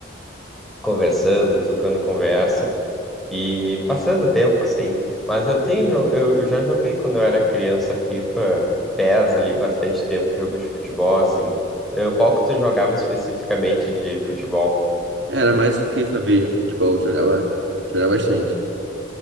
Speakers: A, in the centre; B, on the right.
A: conversando, trocando conversa. E passando o tempo, assim. Mas eu tenho, jo- eu já joguei quando eu era criança FIFA, PES ali, bastante tempo, jogo de futebol, assim. Eu- qual que tu jogava especificamente de futebol?
B: Era mais FIFA mesmo, futebol. eu Jogava, jogava bastante.